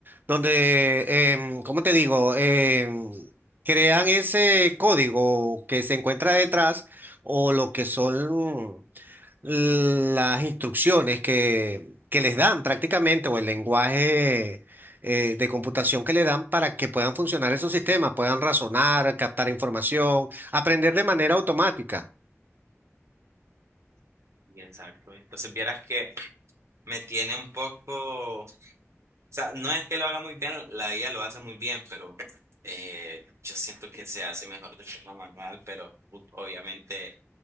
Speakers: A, on the right; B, on the right.
A: donde, em, ¿cómo te digo? Em, crean ese código que se encuentra detrás o lo que son las instrucciones que, que les dan prácticamente o el lenguaje eh, de computación que le dan para que puedan funcionar esos sistemas, puedan razonar, captar información, aprender de manera automática.
B: y exacto. Entonces vieras que me tiene un poco, o sea, no es que lo haga muy bien, la IA lo hace muy bien, pero eh, yo siento que se hace mejor de forma manual, pero u- obviamente